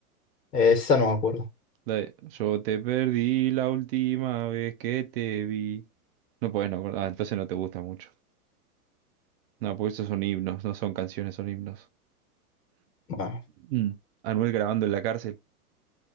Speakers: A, on the left; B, on the right.
A: Esa no me acuerdo.
B: de, yo te perdí la última vez que te vi. No puedes no acordar. Ah, entonces no te gusta mucho. No, porque esos son himnos, no son canciones, son himnos.
A: Bueno,
B: Mm. Anuel grabando en la cárcel.